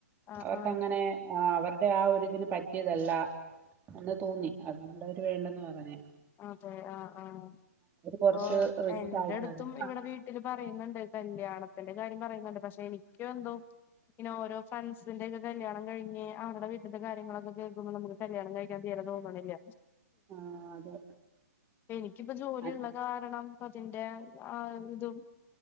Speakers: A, on the left (about 25°); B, on the right (about 20°).
A: ആഹ്
B: അവർക്ക്
A: ആഹ്
B: അങ്ങനെ ആ അവരുടെ ആ ഒ ഇതിന് പറ്റിയതല്ല എന്ന് തോന്നി അതുകൊണ്ട അവര് വേണ്ടെന്ന് പറഞ്ഞേ
A: അതെ ആ് ആഹ് അപ്പ
B: കുറച്ച് റിച്ച്
A: എന്റെ
B: ആൾക്കാരാ
A: അടുത്തും ഇവിടെ
B: ആ,
A: വീ വട്ട പറയുന്നുണ്ട് കല്യാണത്തിന്റെ കാര്യം പറയുന്നുണ്ട് പക്ഷെ എനിക്ക എന്തോ പിന്നെഓര ഫ്രണ്ട്സിന്റെറെ ഒക്കെ കല്യാണം കഴിഞ് അവരുടെ വീട്ടന്റെ കാര്ങ്ങളൊക്കെ കേൾക്കുമ്പോ നുക്ക് കല്യാണം കഴിക്കാൻ തീര തോന്നണില്ല
B: ആഹ അതെ
A: എനിക്കിപ്പ ജോലിള്ള
B: അ-
A: കാരണം അതിന്റെ ആ ഇതും